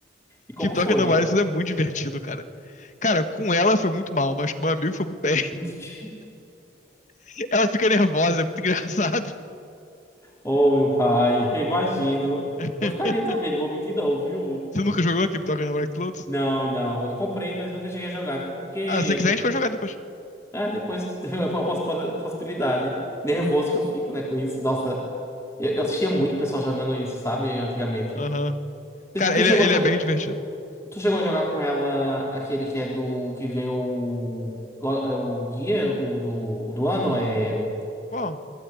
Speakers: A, on the left; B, on the left.
A: E como
B: Keep Talking
A: foi?
B: Nobody Knows é muito divertido, cara. Cara, com ela foi muito mal, mas com meu amigo foi muito bem.
A: <laughs>
B: <laughs> Ela fica nervosa, é muito engraçado.
A: Oh, meu pai, <laughs> eu imagino.
B: <laughs>
A: Eu ficaria também, não vou mentir não, viu?
B: Você nunca jogou Keep Talking Nobody Knows?
A: Não, não, eu comprei, mas nunca cheguei a jogar, porque
B: Ah, se você quiser a gente vai jogar depois.
A: ah, depois <laughs> é uma poss- possibilidade. Nervoso que eu fico, né, com isso. Nossa, eu, eu assistia muito o pessoal jogando isso, sabe, antigamente.
B: Aham.
A: Tu,
B: Cara,
A: tu
B: ele,
A: chegou
B: é- ele
A: a, jo-
B: é bem divertido.
A: tu chegou a jogar com ela aquele que é do... que ganhou o... go- É o guia, o do, o do ano é...
B: Bom.